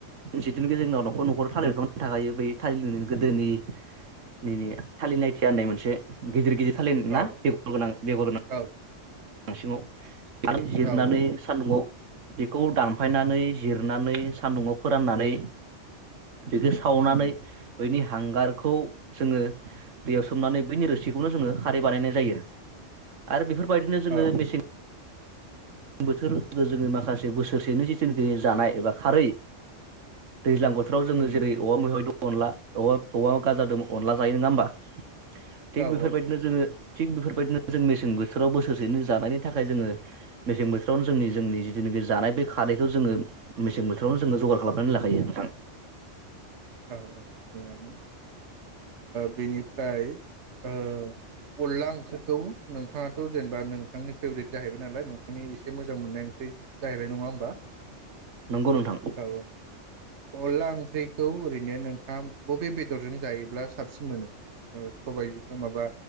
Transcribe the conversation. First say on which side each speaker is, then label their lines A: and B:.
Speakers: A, on the right (about 85°); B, on the right (about 65°).
A: जिथुनिखि जोंनाव नखर नखर थालिर बिफां थाखायो ब थ गोदोनिनि थालिर नायथिया होननाय मोनसे गिदिर गिदिर सलिन ना
B: औ
A: बेगर गोनां बेगर गोनां
B: औ
A: नांसिङाव आरो जिरनानै
B: औ
A: सान्दुंआव बेखौ दानफायनानै जिरनानै सान्दुंङाव फोराननानै बेजो सावनानै
B: उम
A: बैनि हांगारखौ जोङो दैयाव सोमनानै बैनि रोसिखौनो जोङो खारै बानायनाय जायो आरो बेफोरबाय जोङो
B: औ
A: मेसें बोथोर जो-जोङो माखासे बोसोरसेनि जिथुनिखि जानाय एबा खारै दैज्लां बोथोराव जो
B: उम
A: जेरै औवा मैहाय दं अनला औवा औवा गाजादों अनला जायो नोङा होमबा? थिग
B: औ
A: बेफोरबायदिनो जोङो थिग बेफोरबायदिनो जों मेसें बोथोराव बोसोरसेनो जानायनि थाखाय जोङो मेसें बोथोरावनो जोंनि जोंनि जिथुनोखि जानाय बे खारैखौ जोङो मेसें बोथोरावनो जोङो जगार खालामनानै लाखायो नोंथां।
B: औ औ <unintelligible> ओब बेनिफ्राय ओ अनला ओंख्रिखौ नोंथाङाथ' जेनेबा नोंथांनि फेभरेट जाहैबाय नालाय नोंथांनि एसे मोजां मोननाय ओं ख्रि जाहैबाय नङा होमबा
A: नंगौ नोंथां
B: औ औ। अल्ला ओंख्रि खौ ओरैनो नोंथाङा बबे बेदरजों जायोब्ला साबसिन मोनो? ओ सबाइजों ओ माबा